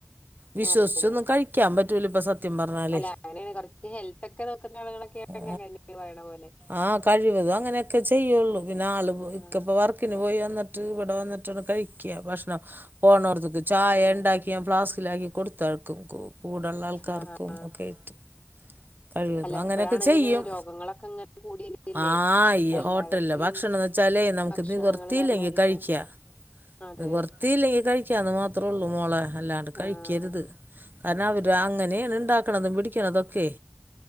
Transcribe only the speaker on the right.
വിശ്വസിച്ച്
ഒന്നും കഴിക്കാൻ പറ്റൂല ഇപ്പ സത്യം പറഞ്ഞാലേ
ഓ
ആ കഴിവതും അങ്ങനെയൊക്കെ ചെയ്യുള്ളൂ പിന്നെ ആള്
ഇക്ക ഇപ്പൊ വർക്കിനു പോയി വന്ന് ട്ട് ഇവിടെ വന്നിട്ടാണ് കഴിക്ക ഭക്ഷണം പോണോടുത്ത് ചായ
ഉണ്ടാക്കിയാ ഫ്ലാസ് ഇല്ലാകി കൊടുത്താർക്കും കോ കൂടുള്ള ആൾക്കാർക്കും
ഒക്കെ ആയിട്ട് കഴിവതും
അങ്ങനെയൊക്കെ ചെയ്യും
ആ
ഈ
ഹോട്ടല്ലേ ഭക്ഷണംന്ന് വെച്ചാലേ നമുക്ക്
നിവർത്തിയില്ലെങ്കി
കഴിക്കാം
നിവർത്തിയില്ലെങ്കി കഴി നിക്ക് അതു മാത്രേ ഉള്ളൂ മോളെ അല്ലാണ്ട് കഴിക്കരുത്
കാരണം അവര് അങ്ങനെയാണ് ഉണ്ടാക്കണതും പിട നിക്ക്അതൊക്കെ